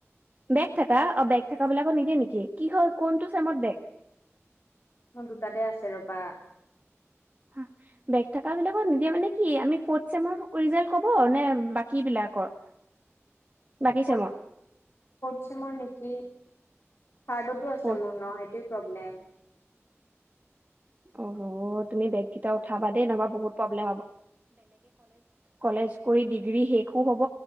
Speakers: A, on the right; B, on the left.
A: বেগ থাকা অ বেগ থাকা বিলাকক নিদেয়ে নেকি কি হয় কোনটো চেমত বেগ
B: মোৰ দুটাতে আছে ৰবা
A: হা বেগ থাকা বিলাকত নিদিয়ে মানে কি আমি ফত চেমত ৰিজালট কব নে বাকী বিলাকৰ
B: <inaudible>
A: বাকী
B: ফ
A: চেমৰ
B: চৰ নেকি থ্ডতো আছে
A: ফৰ্থ
B: মোৰ নটো প্ৰব্লেম
A: অ তুমি বেগ কটা উঠাবা দেই নহা বহুতব্লে কলেজ কৰি ডিগ্ৰী শেষো হব